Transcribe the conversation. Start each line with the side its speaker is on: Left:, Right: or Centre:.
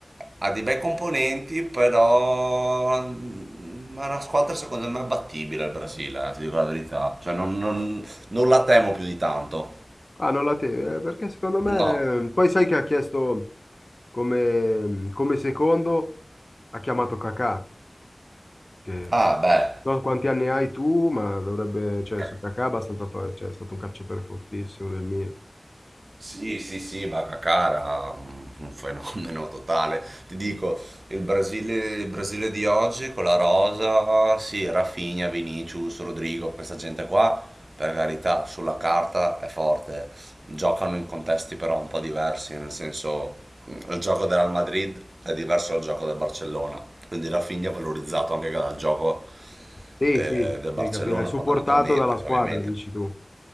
Right: Ha dei bei componenti, però mm, è una squadra secondo me abbattibile il Brasile, eh, ti dico la verità. Cioè non, non- non la temo più di tanto.
Left: Ah, non la teve, eh, perché secondo me...
Right: No.
Left: Poi sai che ha chiesto come, come secondo, ha chiamato Kakà, che non
Right: Ah, beh,
Left: so quanti anni hai tu, ma dovrebbe... Cioè,
Right: eh,
Left: su Kakà è abbastanza... fa- Cioè, è stato un calciatore fortissimo del Milan.
Right: Sì, sì, sì, Bacacara, un un fenomeno totale. Ti dico, il Brasile, il Brasile di oggi con la rosa, sì, Rafinha, Vinicius, Rodrigo, questa gente qua, per carità, sulla carta è forte. Giocano in contesti però un po' diversi, nel senso, mm, il gioco del Real Madrid è diverso dal gioco del Barcellona. Quindi Rafinha è valorizzato anche dal gioco
Left: Sì,
Right: eh,
Left: sì,
Right: del
Left: devi
Right: Barcellona
Left: capire, è supportato
Right: fondamentalmente,
Left: dalla squadra,
Right: ovviamente.
Left: dici tu.